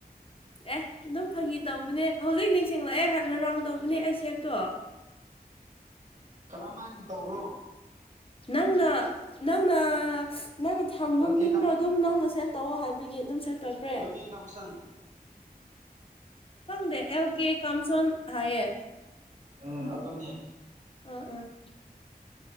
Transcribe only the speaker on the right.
ꯀꯔꯝ ꯍꯥꯏꯅ ꯇꯧꯕ꯭ꯔꯣ
ꯑꯦꯜ ꯀꯦ
ꯑꯦꯕ ꯀ ꯀꯝꯁꯟ
ꯎꯝ ꯑꯗꯨꯗꯟꯅꯦ